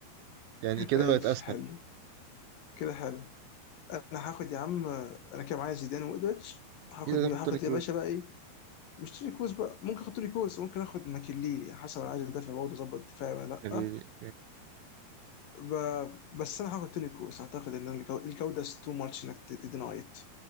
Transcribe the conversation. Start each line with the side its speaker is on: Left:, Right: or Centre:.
Right: يعني كده
Left: ماشي
Right: بقت اسهل
Left: حلو كده حلو انا هاخد يا عم انا كده معايا زيدان ومودريتش هاخد
Right: كده
Left: مين
Right: تاخد
Left: هاخد
Right: توني كروز
Left: يا باشا بقى ايه مش توني كوز بقى ممكن اخد توني كوز ممكن اخد ماكليلي يعني حسب انا عايز ادافع برضه اظبط دفاعي ولا
Right: يعني
Left: لا ب... بس انا هاخد توني كوز اعتقد ان الجو- الجوده تو ماتش انك تدينايت